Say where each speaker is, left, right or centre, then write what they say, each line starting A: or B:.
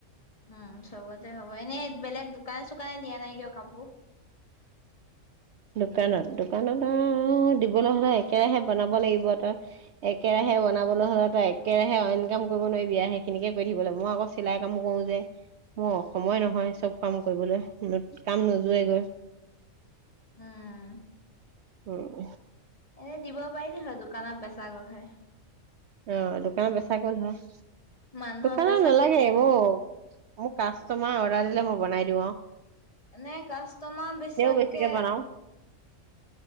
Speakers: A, on the left; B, on the right.
A: উম, চবতে হ'ব। এনেই বেলেগ দোকানে চোকানে দিয়া নাই কিয় কাপোৰ?
B: দোকানত দোকানত আও দিবলৈ হ'লে একেৰাহে বনাব লাগিব তই একেৰাহে বনাবলৈ হ'লে তই একেৰাহে অইনকাম কৰিব নোৱাৰিবি সেইখিনিকে কৰি থাকিব লাগিব। মই আকৌ চিলাই কামো কৰো যে মোৰ সময় নহয় চব কাম কৰিবলৈ কাম নোযোৱেগৈ।
A: উম।
B: উম।
A: এনেই দিব পাৰিলি হয় দোকানত বেচা গ'ল হয়।
B: অ' দোকানত বেচা গ'ল হয়।
A: মানুহক
B: দোকানত
A: বেচাকে
B: নালাগে মোক মোক কাষ্টমাৰ অৰ্ডাৰ দিলে মোক বনাই দিও আও।
A: নে কাষ্টমাৰ বেচাকে
B: বেছিকে বনাও